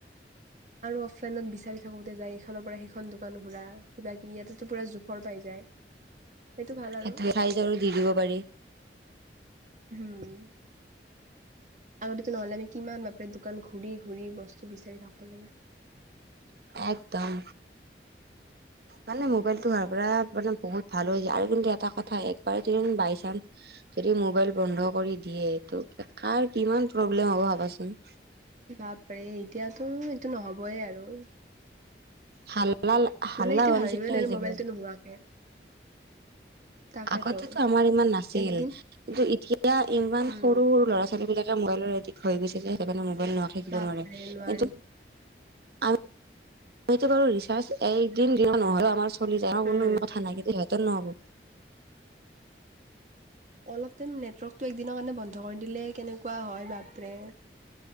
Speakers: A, on the right (about 45°); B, on the right (about 60°).
A: আৰু অফলাইনত বিচাৰি থাকোতে যায় ইখনৰ পৰা সিখন দোকান ঘূৰা কিবা কিবি ইয়াতেতো পুৰা জোখৰ পাই যায়। <unintelligible>
B: সেটোৱে
A: আৰু
B: চাইজৰু দি দিব পাৰি।
A: হোম। আগতে নহলে আমি কিমান বাপৰে দোকান ঘূৰি ঘূৰি বস্তু বিচাৰি থাকিব লাগে।
B: একদম।
A: <unintelligible>
B: মানে মোবাইলটো হোৱাৰ পৰা মানে বহুত ভাল হৈ যায় আৰু কিন্তু এটা কথা একবাৰ যদি বাই চানস যদি মোবাইল বন্ধ কৰি দিয়ে তটো কাৰ কিমান প্ৰব্লেম হ'ব ভাবাচোন?
A: বাপৰে এতিয়াতো এইটো নহবই আৰু।
B: হাল্লা হাল্লা
A: মানে এইটো
B: হোৱাৰ
A: ভাবিবই
B: নিচিনা
A: নোৱাৰো
B: হৈ যাব
A: মোবাইলটো নোহোৱাকে। তাকেতো
B: আগতেতো আমাৰ ইমান নাছিল,
A: একদিন
B: কিন্তু এতিয়া ইমান
A: উম
B: সৰু সৰু ল'ৰা -ছোৱালী বিলাক এ মোবাইলৰ এডিক হৈ গৈছে যে সেইকাৰণে মোবাইল নোথাকিব
A: বাপৰে
B: নোৱাৰে
A: নোৱাৰি
B: কিন্তু। আমাৰতো ৰিচাৰচ এইদিন নহলে আমাৰ চলি যাই
A: উম
B: মই থানাক সিহঁতে নোৱাৰো।
A: অলপ টাইম নেটৱৰ্কটো একদিনৰ কাৰণে বন্ধ কৰি দিলে কেনেকুৱা হয় বাপৰে।